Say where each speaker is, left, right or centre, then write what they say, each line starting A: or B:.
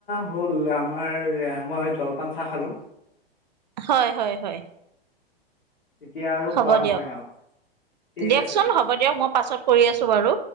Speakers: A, on the left; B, on the right.
A: হ'ল, আমাৰ মই জলপান চাহ খালো।
B: হয়, হয়, হয়।
A: তেতিয়া আৰু
B: হ'ব
A: খোৱা নহয়
B: দিয়ক,
A: আৰু ঠিক
B: দিয়কচোন
A: আছে
B: হ'ব দিয়ক, মই পাছত কৰি আছো বাৰু।